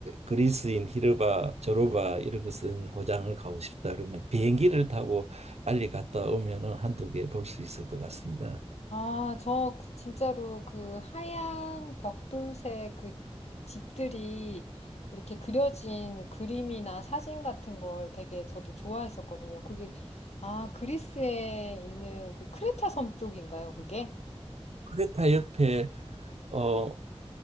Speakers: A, on the right (about 80°); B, on the left (about 80°).
A: 그리스인 히르바 조르바 이런 것은 고장을 가고 싶다 그러면 비행기를 타고 빨리 갔다 오면은 한두 개 볼 수 있을 것 같습니다.
B: 아, 저그 진짜로 그 하얀 벽돌색 그 집들이 이렇게 그려진 그림이나 사진 같은 걸 되게 저도 좋아했었거든요. 그게, 아, 그리스에 있는 그 크레타 섬 쪽인가요, 그게?
A: 크레타 옆에 어